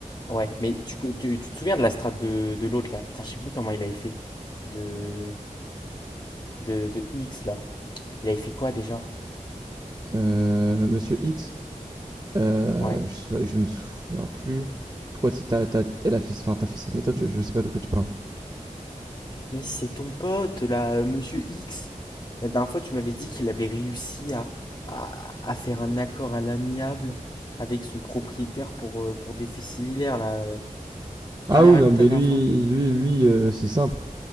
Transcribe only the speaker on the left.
Ouais, mais tu, tu, tu te souviens de la strate de, de l'autre là? Putain, je sais plus comment il avait fait. De, de, de X là. Il avait fait quoi déjà?
Ouais.
Mais si, c'est ton pote, là, euh, Monsieur X. La dernière fois, tu m'avais dit qu'il avait réussi à, à, à faire un accord à l'amiable avec son propriétaire pour, euh, pour des faits similaires, là. euh.
Tu m'avais
raconté
la dernière
fois.